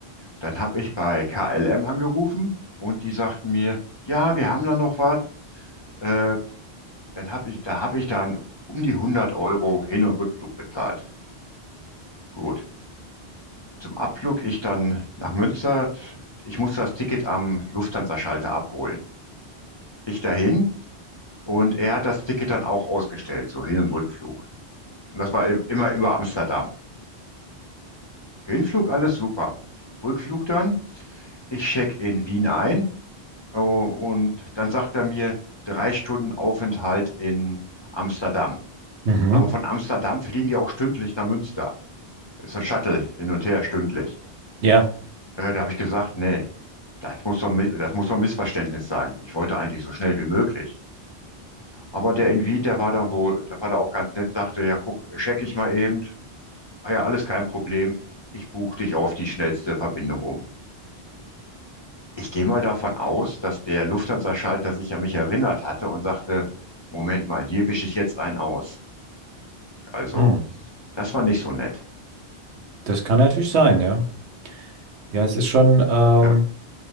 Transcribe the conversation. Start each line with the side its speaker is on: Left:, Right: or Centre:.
Left: Dann habe ich bei KLM angerufen und die sagten mir, ja, wir haben da noch was. Äh, Dann habe ich, da habe ich dann um die 100 Euro Hin- und Rückflug bezahlt. Gut. Zum Abflug ich dann nach Münster. Ich musste das Ticket am Lufthansa-Schalter abholen. Ich dahin und er hat das Ticket dann auch ausgestellt, so Hin- und Rückflug. Und das war im- immer über Amsterdam. Hinflug alles super. Rückflug dann. Ich check in Wien ein äh, und dann sagt er mir drei Stunden Aufenthalt in Amsterdam.
Right: Mhm.
Left: Aber von Amsterdam fliegen die auch stündlich nach Münster. Ist so ein Shuttle hin und her stündlich.
Right: Ja.
Left: Äh, da habe ich gesagt, nee, das muss doch, mi- das muss doch ein Missverständnis sein. Ich wollte eigentlich so schnell wie möglich. Aber der in Wien, der war dann wohl, der war da auch ganz nett, sagte, ja, guck, check ich mal eben. Ah ja, alles kein Problem. Ich buche dich auf die schnellste Verbindung um. Ich gehe mal davon aus, dass der Lufthansa-Schalter sich an mich erinnert hatte und sagte, Moment mal, dir wische ich jetzt einen aus. Also,
Right: Hm.
Left: das war nicht so nett.
Right: Das kann natürlich sein, ja. Ja, es ist schon, ähm,
Left: Ja,